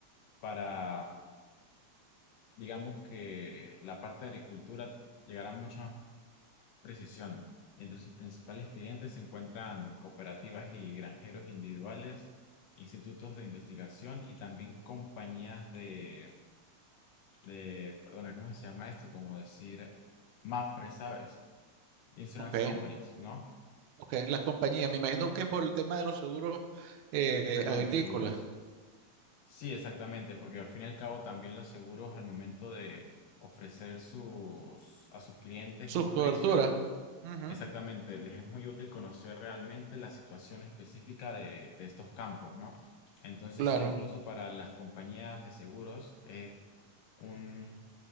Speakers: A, on the left; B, on the right.
A: para, digamos que la parte de agricultura llegará a mucha precisión. Entre sus principales clientes se encuentran cooperativas y granjeros individuales, institutos de investigación y también compañías de, de, perdona, ¿cómo se llama esto? Como decir, MAFRE, ¿sabes? Insurance
B: Ok,
A: companies, ¿no?
B: ok, las compañías. Me imagino que por el tema de los seguros eh,
A: Exactamente,
B: agrícolas.
A: seguros. Sí, exactamente, porque al fin y al cabo también los seguros al momento de ofrecer sus, a sus clientes
B: Sus
A: un
B: coberturas.
A: precio,
B: Ujú,
A: exactamente, les es muy útil conocer realmente la situación específica de, de estos campos, ¿no? Entonces,
B: claro.
A: sí, incluso para las compañías de seguros es un